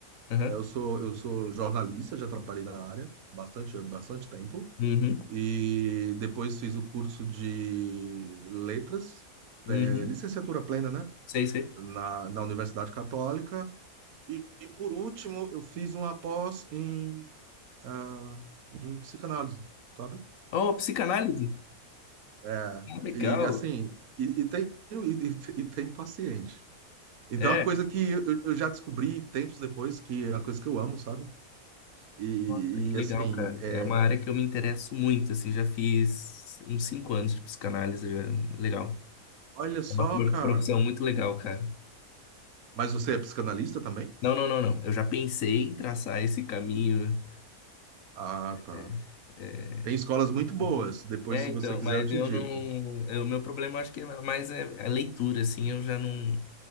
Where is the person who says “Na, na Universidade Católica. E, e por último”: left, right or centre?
Right